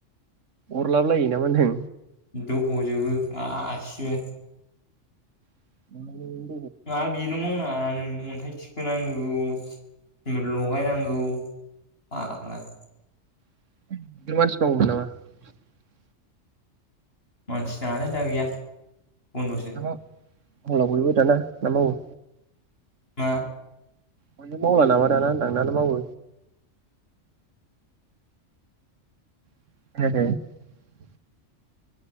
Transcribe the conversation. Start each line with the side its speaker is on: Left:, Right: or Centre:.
Right: अरलाबलायो नामा होनदों
Left: दह'जोबो गासिबो
Right: <unintelligible>
Left: मा बेल' मावनाङा नों अन्थाइ थिखोनांगौ लगायनां गौ फाग्ला
Right: <unintelligible>
Left: मानसि नाङालै दा गैया बन्द'सो
Right: <unintelligible> बयबो दाना ना मावो
Left: मा
Right: माने मावला नामा दाना होनदां ना मावो? <unintelligible>